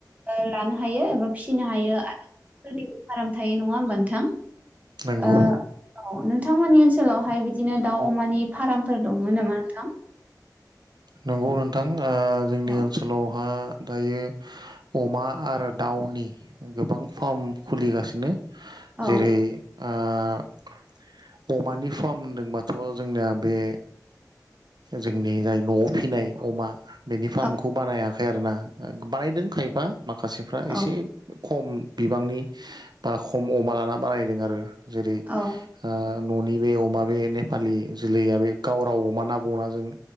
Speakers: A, on the right; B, on the right.
A: लानो हायो एबा फिसिनो हायो आरो सोरनिबो फाराम थायो। नङा होमबा नोंथां?
B: नंगौ
A: आ औ नों नोंथांमोननि ओनसोलावहाय बिदिनो दाउ अमानि फार्मफोर दंमोन नामा नोंथां?
B: नंगौ नोंथां ओ जोंनि
A: औ
B: ओनसोलावहा दायो अमा आरो दाउनि गोबां फार्म खुलिगासिनो
A: औ
B: जेरै ओ अमानि फार्म होनदोंबाथ' जोंनाया बे जोंनि जाय न'आव फिसिनाय अमा बेनि फार्मखौ
A: औ
B: बानायाखै आरो ना। ओ बानायदों खायबा माखासेफ्रा
A: औ
B: एसे खम बिबांनि बा खम अमा लाना बानायदों आरो जेरै
A: औ
B: ओ न'नि बे अमा बे नेपालि जोलैया बे गाव राव अमा ना बुंङोना जों